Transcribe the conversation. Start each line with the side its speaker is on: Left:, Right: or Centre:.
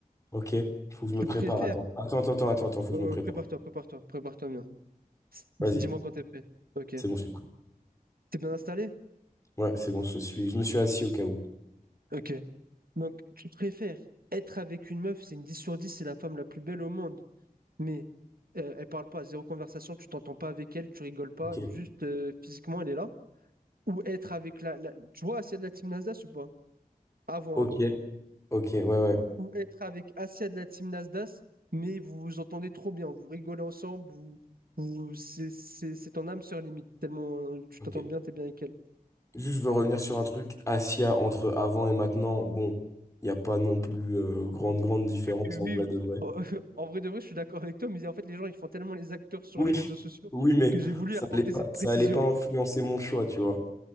Left: Ok, faut que
Right: Tu
Left: je me prépare.
Right: préfères,
Left: Attends, attends, attends, attends, attends, attends, faut
Right: ouais,
Left: que
Right: ouais,
Left: je me prépare.
Right: prépare-toi, prépare-toi, prépare-toi bien. S- dis-
Left: Vas-y,
Right: Dis-moi quand t'es prêt. Ok.
Left: c'est bon, je suis prêt.
Right: T'es bien installé?
Left: Ouais, c'est bon, je suis, je me suis assis au cas où.
Right: Ok. Donc, tu préfères être avec une meuf, c'est une 10 sur 10, c'est la femme la plus belle au monde, mais euh, elle parle pas, zéro conversation, tu t'entends pas avec elle, tu rigoles pas,
Left: Ok,
Right: juste euh, physiquement, elle est là. Ou être avec la, la- Tu vois Asia de la team Nasdaq ou pas? Avant,
Left: ok,
Right: avant.
Left: ok, ouais, ouais.
Right: Ou être avec Asia de la team Nasdaq, mais vous vous entendez trop bien, vous rigolez ensemble, vous... vous... C'est c'est- c'est ton âme sœur limite, tellement euh, tu t'entends
Left: ok
Right: bien, t'es bien avec elle.
Left: Juste, je veux revenir sur un truc. Asia, entre avant et maintenant, bon, il n'y a pas non plus euh, grande, grande différence
Right: Oui,
Left: en vrai
Right: oui.
Left: de vrai.
Right: <laughs> en en vrai de vrai, je suis d'accord avec toi, mais en fait, les gens, ils font tellement les acteurs sur
Left: Oui,
Right: les réseaux sociaux
Left: oui, mais
Right: que j'ai voulu
Left: ça
Right: apporter
Left: allait pas,
Right: cette précision.
Left: ça allait pas influencer mon choix, tu vois.